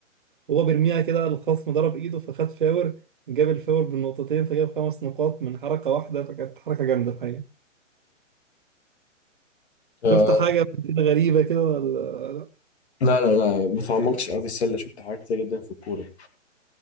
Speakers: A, on the right; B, on the left.
A: هو بيرميها كده الخصم ضرب ايده فخد فاور جاب الفاور بالنقطتين فجاب خمس نقاط من حركة واحدة فكانت حركة جامدة الحقيقة
B: آه،
A: شفت حاجة قبل كده غريبة كده ولا
B: لا لا لا ما تعمقتش قوي في السله شفت حاجات كتير جدا في الكوره